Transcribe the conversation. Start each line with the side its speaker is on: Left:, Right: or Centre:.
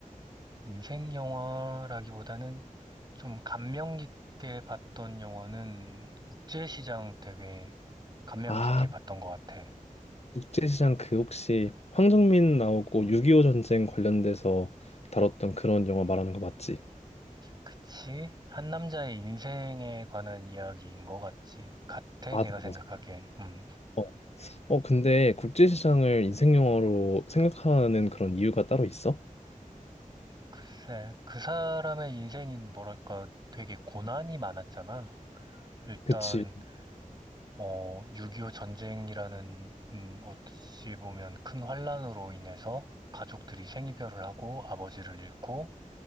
Right: 인생 영화라기보다는 좀 감명 깊게 봤던 영화는 국제시장 되게 감명
Left: 아,
Right: 깊게 봤던 것 같아.
Left: 국제시장 그 혹시 황정민 나오고 6.25 전쟁 관련돼서 다뤘던 그런 영화 말하는 거 맞지?
Right: 그치? 한 남자의 인생에 관한 이야기인 것 같지? 같아,
Left: 맞아,
Right: 내가 생각하기엔.
Left: 맞아.
Right: 음.
Left: 어, 어 근데 국제시장을 인생 영화로 생각하는 그런 이유가 따로 있어?
Right: 글쎄, 그 사람의 인생인 뭐랄까 되게 고난이 많았잖아. 일단,
Left: 그치.
Right: 어, 6.25 전쟁이라는, 음, 어찌 보면 큰 환란으로 인해서 가족들이 생이별을 하고 아버지를 잃고